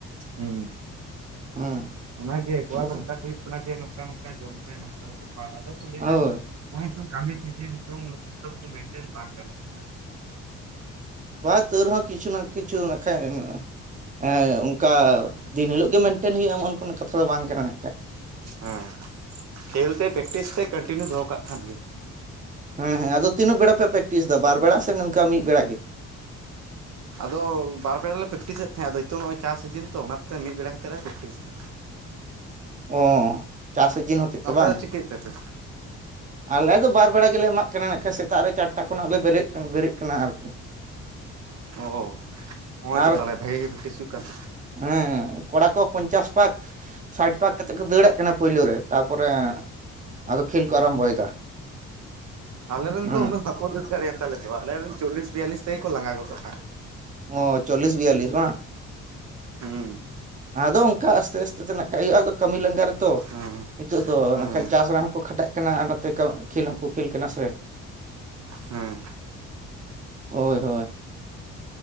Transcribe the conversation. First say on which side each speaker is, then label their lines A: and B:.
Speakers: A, on the right; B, on the right.
A: ᱦᱩᱸ,
B: ᱦᱮᱸ
A: ᱚᱱᱟ ᱜᱮ ᱠᱚᱲᱟ
B: ᱵᱟᱠᱷᱟᱱ
A: ᱠᱚ ᱢᱮᱛᱟ ᱠᱚ ᱦᱩᱭᱩᱜ ᱠᱟᱱᱟ ᱡᱮ ᱱᱚᱝᱠᱟ ᱱᱚᱝᱠᱟ ᱡᱚᱢ ᱯᱮ ᱱᱚᱝᱠᱟ ᱵᱮᱯᱟᱨ ᱟᱫᱚ ᱠᱚ ᱞᱟᱹᱭᱮᱫᱟ
B: ᱦᱳᱭ
A: ᱱᱚᱝ ᱠᱟᱹᱢᱤ ᱥᱤᱡᱤᱱ ᱱᱤᱛᱚᱝ ᱱᱤᱛ ᱫᱚ ᱢᱮᱱᱴᱮᱱ ᱵᱟᱝ ᱜᱟᱱᱚᱜ ᱠᱟᱱᱟ᱾
B: ᱵᱟ ᱛᱟᱹᱣ ᱨᱮᱦᱚᱸ ᱠᱤᱪᱷᱩ ᱱᱟ ᱠᱤᱪᱷᱩ ᱱᱟᱠᱷᱟ ᱮᱢᱚᱜ-ᱟ᱾ ᱮ ᱚᱝᱠᱟ ᱫᱤᱱ ᱦᱤᱞᱳᱜ ᱜᱮ ᱢᱮᱱᱴᱮᱱ ᱦᱩᱭᱩᱜ-ᱟ ᱮᱢᱚᱱ ᱠᱳᱱᱳ ᱠᱟᱛᱷᱟ ᱫᱚ ᱵᱟᱝ ᱠᱟᱱᱟ ᱱᱟᱜ ᱠᱷᱟᱡ᱾
A: ᱦᱮᱸ, ᱠᱷᱮᱞ ᱛᱮ ᱯᱮᱠᱴᱤᱥ ᱛᱮ ᱠᱟᱱᱴᱤᱱᱤᱭᱩ ᱫᱚᱦᱚ ᱠᱟᱜ ᱠᱷᱟᱱ ᱜᱮ᱾
B: ᱦᱮᱸ ᱦᱮᱸ, ᱟᱫᱚ ᱛᱤᱱᱟᱹᱜ ᱵᱮᱲᱟ ᱯᱮ ᱯᱮᱠᱴᱤᱥ ᱫᱟ ᱵᱟᱨ ᱵᱮᱲᱟ ᱥᱮ ᱱᱚᱝᱠᱟ ᱢᱤᱫ ᱵᱮᱲᱟ ᱜᱮ?
A: ᱟᱫᱚ ᱵᱟᱨ ᱵᱮᱲᱟ ᱞᱮ ᱯᱮᱠᱴᱤᱥᱮᱫ ᱛᱟᱦᱮᱸᱜ ᱟᱫᱚ ᱱᱤᱛᱚᱜ ᱱᱚᱜ-ᱚᱭ ᱪᱟᱥ ᱥᱤᱡᱤᱱ ᱛᱚ ᱚᱱᱟᱛᱮ ᱢᱤᱫ ᱵᱮᱲᱟ ᱠᱟᱛᱮᱫ ᱞᱮ ᱯᱮᱠᱴᱤᱥ ᱫᱟ᱾
B: ᱚ ᱪᱟᱥ ᱥᱤᱡᱤᱱ ᱦᱚᱛᱮᱡ ᱛᱮ
A: ᱟᱯᱮ
B: ᱵᱟᱝ?
A: ᱫᱚ ᱪᱤᱠᱟᱹᱭᱮᱫ ᱛᱮᱯᱮ
B: ᱟᱞᱮ ᱫᱚ ᱵᱟᱨ ᱵᱮᱲᱟ ᱜᱮᱞᱮ ᱮᱢᱟᱜ ᱠᱟᱱᱟ ᱱᱟᱜ ᱠᱷᱟᱱ ᱥᱮᱛᱟᱜ ᱨᱮ ᱪᱟᱴᱴᱟ ᱠᱷᱚᱱᱟᱜ ᱞᱮ ᱵᱮᱨᱮᱫ ᱠᱟᱱᱟ ᱵᱮᱨᱮᱫ ᱠᱟᱱᱟ ᱟᱨᱠᱤ᱾
A: ᱚ ᱦᱚᱸᱜ-ᱚᱭ
B: ᱟᱨ
A: ᱛᱚ ᱛᱟᱦᱚᱞᱮ ᱵᱷᱟᱜᱤ ᱜᱮ ᱯᱮᱠᱴᱤᱥ ᱦᱩᱭᱩᱜ ᱠᱟᱱ ᱛᱟᱯ
B: ᱦᱮᱸ ᱠᱚᱲᱟ ᱠᱚ ᱯᱚᱧᱪᱟᱥ ᱯᱟᱠ, ᱥᱟᱭᱤᱴ ᱯᱟᱠ ᱠᱟᱛᱮᱫ ᱠᱚ ᱫᱟᱹᱲᱟᱜ ᱠᱟᱱᱟ ᱯᱳᱭᱞᱳ ᱨᱮ, ᱛᱟᱨᱯᱚᱨᱮ, ᱟᱫᱚ ᱠᱷᱮᱞ ᱠᱚ ᱟᱨᱟᱢᱵᱚᱭᱮᱫᱟ,
A: ᱟᱞᱮ ᱨᱮᱱ
B: ᱦᱮᱸ
A: ᱫᱚ ᱩᱱᱟ ᱵᱟᱠᱚ
B: ᱩᱱᱟᱹᱜ
A: ᱫᱟᱹᱲ ᱫᱟᱲᱮ ᱛᱟᱞᱮᱚ
B: ᱫᱟᱲᱮᱭᱟᱛᱟ
A: ᱫᱚ ᱟᱞᱮ
B: ᱞᱮ
A: ᱨᱮᱱ
B: ᱛᱚ
A: ᱪᱚᱞᱞᱤᱥ, ᱵᱤᱭᱟᱞᱞᱤᱥ ᱛᱮᱜᱮ
B: <unintelligible>
A: ᱠᱚ ᱞᱟᱸᱜᱟ ᱜᱚᱫᱚᱜᱼᱟ
B: ᱚ ᱪᱚᱞᱞᱤᱥ ᱵᱤᱭᱟᱞᱞᱤᱥ ᱵᱟᱝ?
A: ᱦᱩᱸ
B: ᱟᱫᱚ ᱚᱱᱠᱟ ᱟᱥᱛᱮ ᱟᱥᱛᱮ ᱛᱮ ᱱᱟᱠᱷᱟᱡ ᱦᱩᱭᱩᱜᱼᱟ, ᱟᱫᱚ ᱠᱟᱹᱢᱤ ᱞᱟᱸᱜᱟ ᱨᱮᱛᱚ᱾
A: ᱦᱩᱸ
B: ᱱᱤᱛᱚᱜ ᱫᱚ
A: ᱦᱩᱸ
B: ᱱᱟᱠᱷᱟᱡ ᱪᱟᱥ ᱨᱮᱱᱟᱜ ᱦᱚᱸᱠᱚ ᱠᱷᱟᱴᱟᱜ ᱠᱟᱱᱟ ᱟᱨ ᱱᱚᱛᱮ ᱠᱷᱮᱞ ᱦᱚᱸᱠᱚ ᱠᱷᱮᱞ ᱠᱟᱱᱟ ᱥᱮ᱾
A: ᱦᱩᱸ
B: ᱦᱳᱭ ᱦᱳᱭ